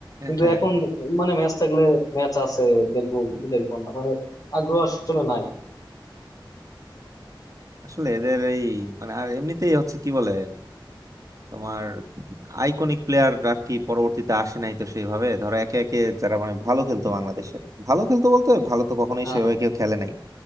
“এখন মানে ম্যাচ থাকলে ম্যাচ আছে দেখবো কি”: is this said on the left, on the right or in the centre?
Left